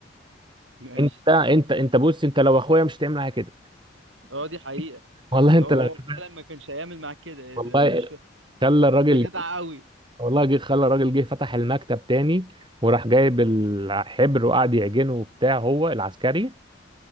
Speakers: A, on the right (about 80°); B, on the right (about 25°).
A: ماشي
B: انت انت انت بص انت لو اخويا مش هتعمل معايا كده
A: اه دي حقيقة
B: <laughs> والله انت
A: هو
B: لو
A: هو
B: <laughs>
A: فعلا ما كانش هيعمل معاك كده
B: والله
A: ده مش ف...
B: خلى الراجل
A: ده جدع قوي
B: والله جه خلى الراجل جه فتح المكتب تاني وراح جايب الحبر وقعد يعجنه وبتاع هو العسكري